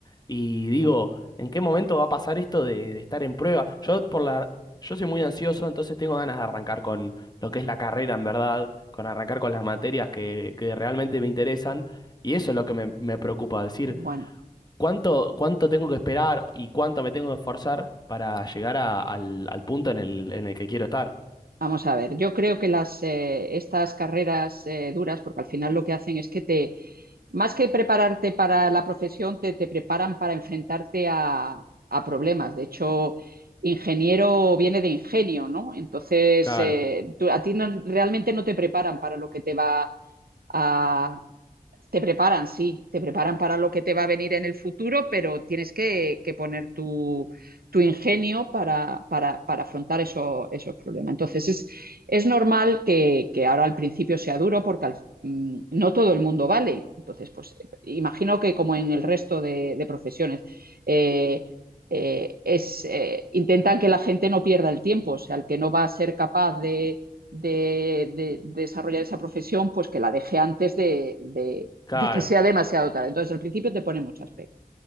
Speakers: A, on the left; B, on the right.
A: y digo, ¿en qué momento va a pasar esto de, de estar en prueba? Yo por la, yo soy muy ansioso, entonces tengo ganas de arrancar con lo que es la carrera en verdad, con arrancar con las materias que, que realmente me interesan y eso es lo que me, me preocupa, decir,
B: Bueno,
A: ¿cuánto, cuánto tengo que esperar y cuánto me tengo que esforzar para llegar a- al, al punto en el, en el que quiero estar?
B: vamos a ver. Yo creo que las, eh, estas carreras eh, duras, porque al final lo que hacen es que te, más que prepararte para la profesión, te, te preparan para enfrentarte a, a problemas. De hecho, ingeniero viene de ingenio, ¿no? Entonces,
A: Claro.
B: eh, tú- a ti no- realmente no te preparan para lo que te va a, te preparan, sí, te preparan para lo que te va a venir en el futuro, pero tienes que, que poner tu, tu ingenio para, para, para afrontar eso, esos problemas. Entonces, es, es normal que, que, ahora al principio sea duro porque al, mmm, no todo el mundo vale. Entonces, pues imagino que como en el resto de, de profesiones, eh, eh, es, eh, intentan que la gente no pierda el tiempo, o sea, el que no va a ser capaz de, de, de de desarrollar esa profesión, pues que la deje antes de de,
A: Claro,
B: de que sea demasiado tarde. Entonces, al principio te pone muchas pegas.